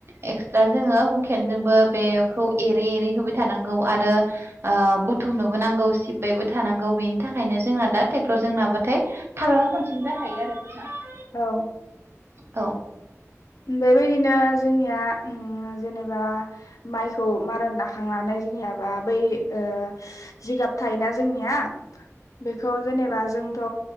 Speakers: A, on the right; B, on the left.
A: एक्सट्रा जोङो हुखेनजोंबो बेखौ एरै एरै होबाय थानांगौ आरो ओ बुथुमनोबो नांगौ सिबबायबो थानांगौ बेनि थाखायनो जोंना दा ट्रेक्टर जों नाबाथाय थालला खनसेनो जाखायो आरो <unintelligible>
B: औ
A: औ
B: बेबायदिनो जोंनिया उम जेनेबा माइखौ मारा ना खांनानै जोंनियाबा बै ओ जिगाब थायोना जोंनिया बेखौ जेनेबा जोंथ'